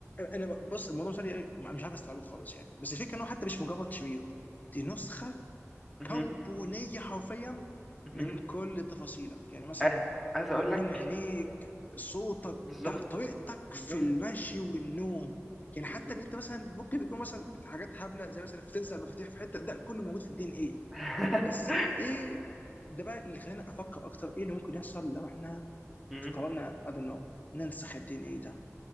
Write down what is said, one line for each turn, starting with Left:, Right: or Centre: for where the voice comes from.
Left: انا بص الموضوع مش عارف مش عارف استوعبه خالص يعني بس الفكره انه حتى مش مجرد شرير دي نسخه
Centre: مهم،
Left: كربونيه حرفيا
Centre: مهم.
Left: من كل تفاصيلك يعني مثلا
Centre: ع- عايز اقول لك
Left: لون عينيك صوتك
Centre: بالظبط
Left: تع- طريقتك
Centre: بالظبط
Left: في
Centre: بالظبط
Left: المشي والنوم يعني حتى
Centre: بالظبط
Left: ان انت مثلا ممكن تكون مثلا حاجات هبله زي مثلا بتنسى المفاتيح في حته ده كله موجود في الدي ان ايه
Centre: <laughs>
Left: بس ايه ده بقى اللي خلاني افكر اكتر ايه اللي ممكن يحصل لو احنا
Centre: مم.
Left: قررنا I don't know ننسخ الدي ان ايه ده